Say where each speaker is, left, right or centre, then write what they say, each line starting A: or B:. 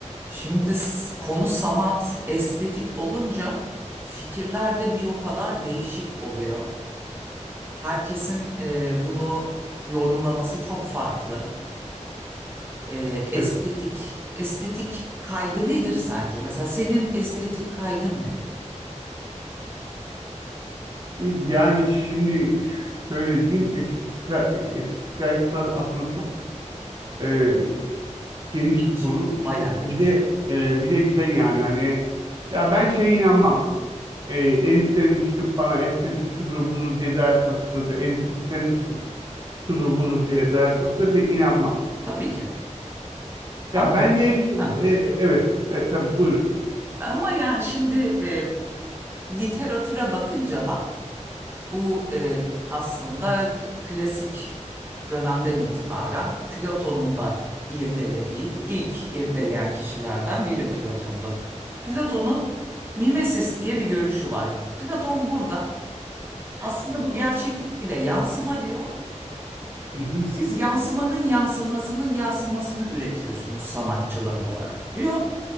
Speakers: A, on the right; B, on the right.
A: Şimdi s- konu sanat, estetik olunca fikirler de bir o kadar değişik oluyor. Herkesin e, bunu yorumlaması çok farklı. E, estetik,
B: Evet.
A: estetik kaygı nedir sence? Mesela senin estetik kaygın ne?
B: E, Yani şimdi şöyle diyeyim, estetik, ka- estetik kaygısı aslında çok e, geniş
A: Geniş.
B: bir konu.
A: Bayağı
B: Bir de
A: geniş.
B: bir de e, bir de şey yani hani ya ben şeye inanmam. E, elitlerin çıkıp bana estetik şudur budur diye dayatmasına da elitistlerin çıkıp şudur budur diye dayatmasına pek inanmam.
A: Tabii ki. Ama
B: Ya bence işte,
A: ha,
B: e, evet, e, tabii buyurun.
A: ama yani şimdi e, literatüre bakınca da Bu e, aslında klasik dönemden itibaren Platon'un da irdelediği, ilk irdeleyen kişilerden biri Platon'da. Platon'un mimesis diye bir görüşü var. Platon burada aslında bu gerçeklik bile yansıma diyor.
B: Hı hı,
A: Siz yansımanın yansımasının yansımasını üretiyorsunuz sanatçılar olarak diyor.